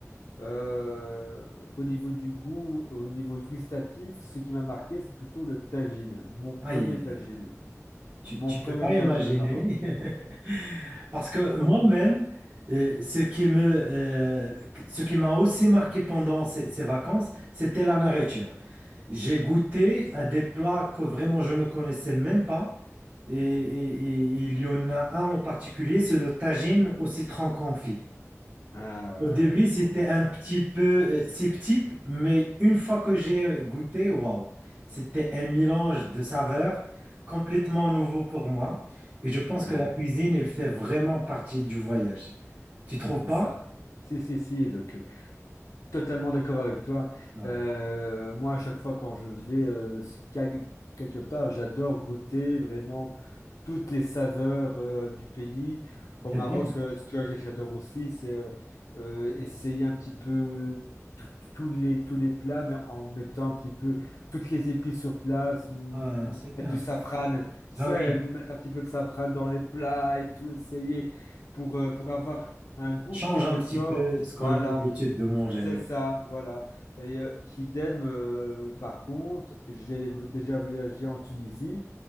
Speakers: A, on the left (about 75°); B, on the right (about 30°).
A: euh, au niveau du goût, au niveau gustatif, ce qui m'a marqué, c'est plutôt le tagine. Mon premier
B: Aïe, aïe,
A: tagine.
B: aïe. Tu,
A: Mon
B: tu
A: premier
B: peux pas imaginer.
A: tagine au Maroc.
B: <laughs> Parce que
A: Mon premier.
B: moi-même, euh, ce qui me, euh, ce qui m'a aussi marqué pendant ces, ces vacances, c'était la nourriture. J'ai goûté à des plats que vraiment je ne connaissais même pas. Et, et- et il y en a un en particulier, c'est le tagine au citron confit.
A: Ah ouais,
B: Au début,
A: c'est
B: c'était
A: trop bon
B: un
A: ça.
B: petit peu euh, sceptique, mais une fois que j'ai goûté, waouh, c'était un mélange de saveurs complètement nouveau pour moi. Et je pense
A: Hein,
B: que la cuisine, elle fait vraiment partie du voyage. Tu trouves
A: c'est
B: pas?
A: ça. Si, si, si. Donc, Totalement d'accord avec toi.
B: Ah,
A: Euh, moi, à chaque fois quand je vais euh, quel- quelque part, j'adore goûter vraiment toutes les saveurs euh, du pays. Au
B: c'est
A: Maroc,
B: bien.
A: ce que, ce que j'adore aussi, c'est euh, euh, essayer un petit peu tout- tous les, tous les plats, mais en mettant un petit peu toutes les épices sur place, mm,
B: Ah, c'est bien.
A: mettre du safran, ça
B: Ah oui,
A: mettre un petit peu de safran dans les plats et tout, essayer pour, euh, pour avoir un goût
B: change
A: qui ressort.
B: un petit peu ce qu'on
A: Voilà.
B: a l'habitude de manger,
A: C'est
B: oui.
A: ça, voilà. Et euh, idem, euh, par contre, j'ai déjà voyagé en Tunisie,